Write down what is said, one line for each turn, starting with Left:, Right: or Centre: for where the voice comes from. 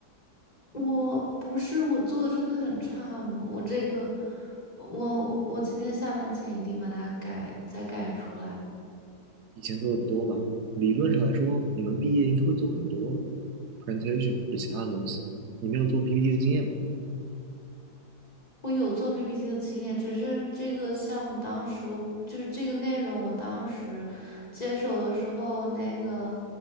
Left: <laughs> 我不是我做的真的很差吗？我这个，我我我今天下班前一定把它改再改出来。
Right: 以前做的不多吧？理论上来说，你们毕业应该会做很多 presentation 或者其他的东西。你没有做 PPT 的经验吗？
Left: 我有做 PPT 的经验，只是这个项目当时我就是这个内容，我当时接手的时候，那个